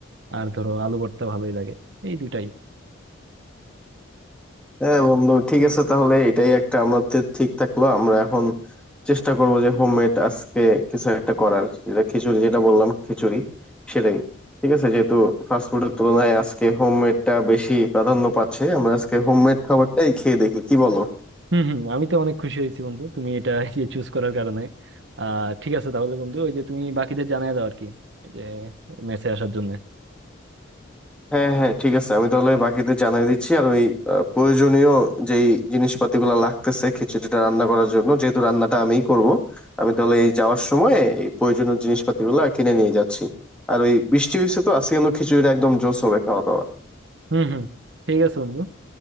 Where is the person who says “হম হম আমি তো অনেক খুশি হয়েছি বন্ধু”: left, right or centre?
Right